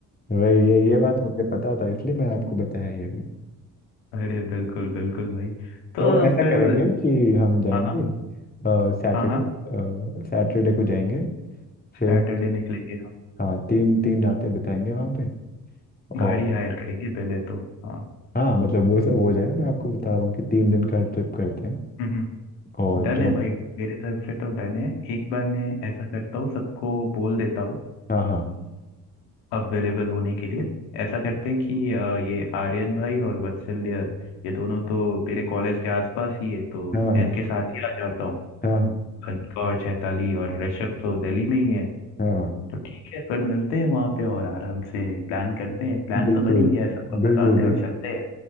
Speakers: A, on the left; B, on the left.
A: वही ये ये बात मुझे पता था इसलिए मैं आपको बताया ये भी
B: अरे बिल्कुल बिल्कुल भाई तो
A: तो ऐसा
B: फिर
A: करेंगे कि हम जाएंगे
B: हाँ हाँ
A: सैटरडे
B: हाँ हाँ
A: सैटरडे को जाएंगे फिर
B: सैटरडे निकलेंगे हम
A: हाँ तीन तीन रातें बिताएंगे वहाँ पे
B: गाड़ी
A: और
B: हायर करेंगे पहले तो हाँ
A: हाँ मतलब वो सब हो जाएगा मैं आपको बता रहा हूँ कि तीन दिन का ट्रिप करते हैं
B: हम्म हम्म।
A: और
B: डन
A: जो
B: है भाई मेरे तरफ से तो डन है एक बार मैं ऐसा करता हूँ सबको बोल देता हूँ
A: हाँ हाँ
B: अवेलेबल होने के लिए ऐसा करते हैं कि अ, ये आर्यन भाई और वत्सल ये ये दोनों तो मेरे कॉलेज के आसपास ही है तो
A: हाँ हाँ
B: मैं इनके साथ ही आ जाता हूँ
A: हाँ हाँ
B: कनकौर चैताली और ऋषभ तो दिल्ली में ही है
A: हाँ
B: तो ठीक है फिर मिलते हैं वहां पे और आराम से प्लान करते हैं प्लान
A: बिल्कुल
B: तो बन ही गया है सबको
A: बिल्कुल
B: बताते हैं
A: बिल्कुल
B: और चलते हैं